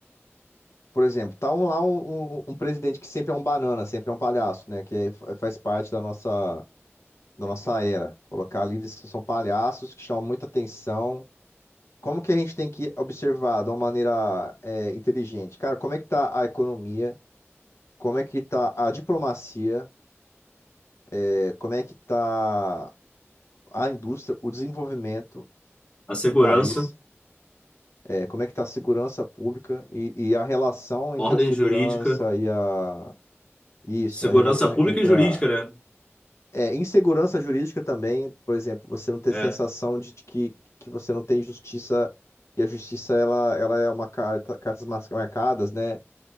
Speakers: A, on the left; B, on the left.
A: Por exemplo, tá um, lá um, um- um presidente que sempre é um banana, sempre é um palhaço, né? Que é- fa- faz parte da nossa, da nossa era. Colocar líderes que são palhaços, que chamam muita atenção. Como que a gente tem que observar de uma maneira é, inteligente? Cara, como é que tá a economia? Como é que tá a diplomacia? É, como é que tá a indústria, o desenvolvimento
B: A segurança,
A: do país? É como é que está a segurança pública e, e a relação entre
B: ordem
A: a segurança
B: jurídica,
A: e a... Isso,
B: segurança
A: a relação
B: pública
A: entre
B: e jurídica,
A: a...
B: né?
A: É, insegurança jurídica também, por exemplo, você não ter
B: É.
A: sensação de de que, que você não tem justiça e a justiça, ela, ela é uma carta, cartas mas- marcadas, né?